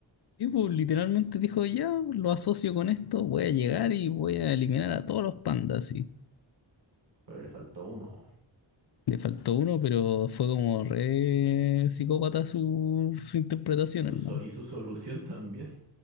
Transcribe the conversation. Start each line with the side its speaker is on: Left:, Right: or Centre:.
Left: tipo literalmente dijo, ya, lo asocio con esto, voy a llegar y voy a eliminar a todos los pandas. Y
Right: Pero le faltó uno.
Left: le faltó uno, pero fue como re psicópata su, su interpretación,
Right: Su
Left: hermano.
Right: so- y su <laughs> solución también.